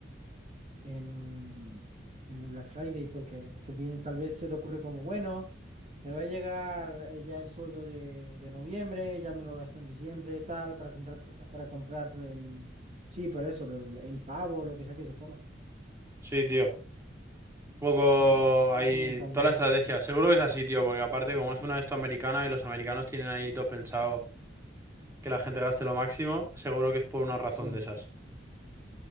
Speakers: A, on the right; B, on the right.
A: en, en el Black Friday, porque tú pi- tal vez se te ocurre como, bueno, me va a llegar eh, ya el sueldo de, de noviembre, ya me lo gasto en diciembre, tal, para comprar, para comprar el, sí, por eso, el, el pavo, lo que sea que se coma.
B: Sí, tío. Poco
A: Se aprovechan
B: ahí,
A: de esa mentalidad.
B: toda la estrategia. Seguro que es así, tío, porque aparte como es una de esto americana y los americanos tienen ahí todo pensado que la gente gaste lo máximo, seguro que es por una razón
A: Sí,
B: de esas.